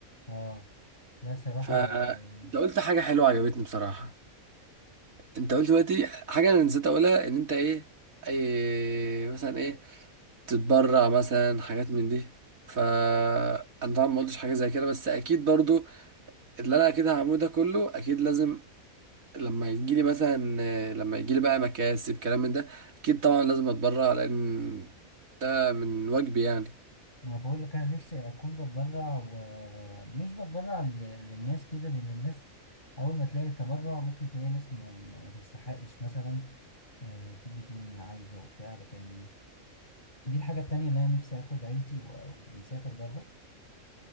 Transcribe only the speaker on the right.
فانت
قلت حاجة حلوة عجبتني بصراحة انت قلت دلوقتي حاجة انا نسيت اقولها ان انت ايه اي مثلا ايه تتبرع مثلا حاجات من دي فانا طبعا ما قلتش حاجة زي كده بس اكيد برضو اللي انا اكيد هعمله ده كله اكيد لازم لما يجيلي مثلا آه، لما يجيلي بقى مكاسب كلام من ده اكيد طبعا لازم اتبرع لان ده من واجبي يعني